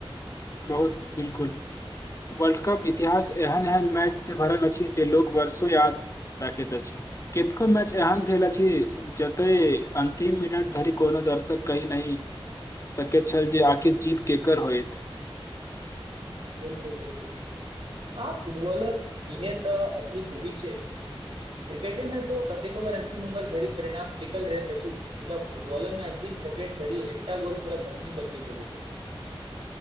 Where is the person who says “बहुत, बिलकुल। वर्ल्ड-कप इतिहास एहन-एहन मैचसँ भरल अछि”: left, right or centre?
Left